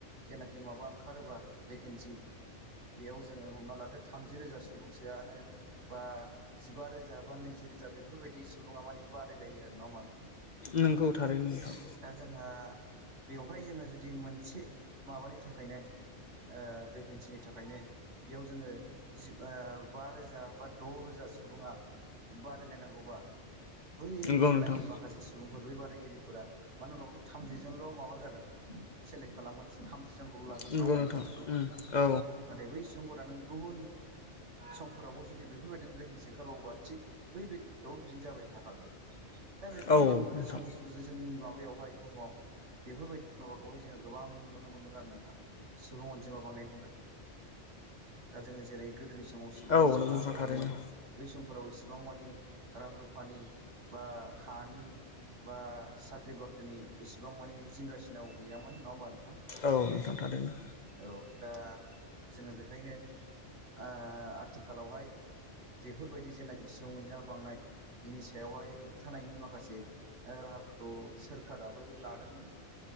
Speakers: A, on the right (about 85°); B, on the left (about 45°).
A: जेनाखि माबा ओंखारोबा भेकेन्सि बेयाव जोङो हमना लादो थामजि रोजा सुबुंसोआनो बा जिबा रोजा बा नैजि रोजा बेफोरबायदि सुबुङा माने बादायलायो आरो नङा होमबा नोंथां
B: नोंगौ थारैनो नोंथां
A: दा जोंहा बेवहाय जोङो जुदि मोनसे माबानि थाखायनो ओ भेकेन्सिनि थाखायनो बेयाव जोङो जि ओ बा रोजा बा द' रोजा सुबुङा बादायलायनांगौबा बै
B: नोंथां नंगौ
A: जेनाखि
B: नोंथां
A: माखासे सुबुंफोर बै बादायगिरि फोरा मानो लगावब्लाबथ' थामजि जोनल' माबा जागोन सेलेक्ट खालामगासिन थामजि जोनखौल' लागोन
B: नंगौ
A: नङा होमबा नोंथां
B: उम औ
A: नाथाय बै स जुंफोरा नों गुबुन समफोरावबो जुदि बे फोरबायदिनो भेकिनसि ओंखारबावोबा थिग बै भेक टावबो बिदिनो जाबाय थाखागोन। दा बेखायनो
B: औ नोंथां
A: जों सम जे जोंनि <unintelligible> बैयावहाय बुहुमाव बेफोरबायदि माबाखौहाय जोङो गोबां नुनो मोनदों आरो नोंथां सुबुं अनजिमा बांनायनि थाखाय दा जोङो जेरै गोदोनि समाव सुबुं
B: औ
A: अनजिमा
B: नंगौ नोंथां
A: खममोन
B: थारैनो
A: बै समफोराव इसेबां मानि रां रुफानि बा हानि बा साख्रि बाख्रिनि एसेबां मानि जिंगासिनांगौ गैयामोन नङा होमबा नोंथां
B: औ नोंथां थारैनो
A: औ दा जोङो बेखायनो आ आथिखालावहाय बेफोरबायदि जेनानि सियाव मोनजा बांनाय बिनि सायावहाय होबथानायनि माखासे ओ राहाफोरखौ सोरखाराबो लादोंमोन